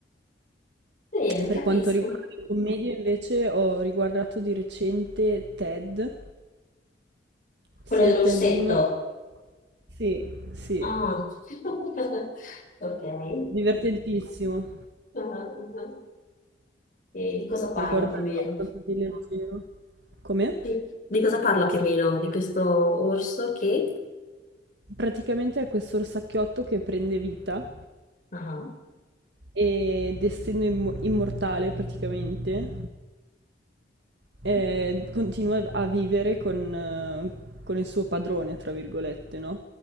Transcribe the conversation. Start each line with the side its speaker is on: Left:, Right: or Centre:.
Left: Bene,
Right: Per
Left: capisco.
Right: quanto riguarda le commedie, invece, ho riguardato di recente Ted,
Left: Quello
Right: sia
Left: dell'orsetto.
Right: Ted 1 che... Sì, sì,
Left: Ah, <laughs> ok.
Right: divertentissimo.
Left: Ah, ah, ah. E di cosa parla
Right: per guardare
Left: più o meno?
Right: qualcosa di leggero. Come?
Left: Sì. Di cosa parla più o meno? Di questo orso che...
Right: Praticamente è questo orsacchiotto che prende vita
Left: Ah.
Right: e destino immo- immortale praticamente. eh, continua a vivere con, eh, con il suo padrone, tra virgolette, no?